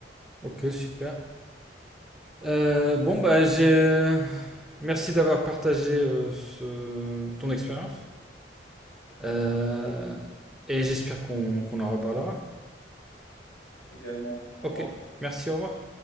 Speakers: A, in the centre; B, on the left (about 80°).
A: ok, super. Euh, bon bah j'ai, merci d'avoir partagé euh, ce- ton expérience. Euh,
B: C'était un plaisir.
A: et j'espère qu'on qu'on en reparlera.
B: Également, au
A: Ok,
B: revoir.
A: merci, au revoir.